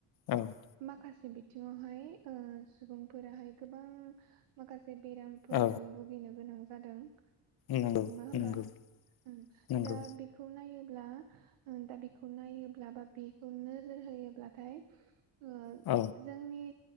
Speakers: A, on the left (about 50°); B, on the right (about 80°).
A: औ
B: माखासे बिथिङावहाय ओ सुबुंफोराहाय गोबां माखास से बेरामफोरजों
A: औ
B: भुगिनो गोनां जादों ।
A: नंगौ
B: नङा होमबा
A: नंगौ
B: ओ
A: नंगौ
B: दा बेखौ नाय ब्ला दा बेखौ नायोब्ला बा बेखौ नोजोर होयोब्लाथाय ओ
A: औ
B: जोंनि